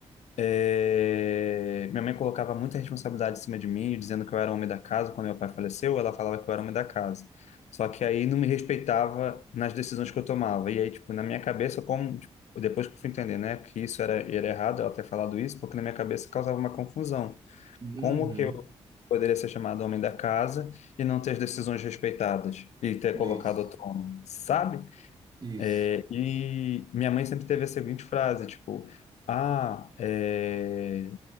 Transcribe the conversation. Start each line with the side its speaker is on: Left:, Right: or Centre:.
Left: É, Minha mãe colocava muita responsabilidade em cima de mim, dizendo que eu era o homem da casa. Quando meu pai faleceu, ela falava que eu era o homem da casa. Só que aí não me respeitava nas decisões que eu tomava. E aí, tipo, na minha cabeça, como, tipo, depois que eu fui entender, né, que isso era, era errado, ela ter falado isso, porque na minha cabeça causava uma confusão.
Right: Uhum,
Left: Como que eu poderia ser chamado homem da casa e não ter as decisões respeitadas e ter colocado
Right: isso,
Left: outro homem, sabe?
Right: isso.
Left: É, e minha mãe sempre teve a seguinte frase, tipo, ah, é,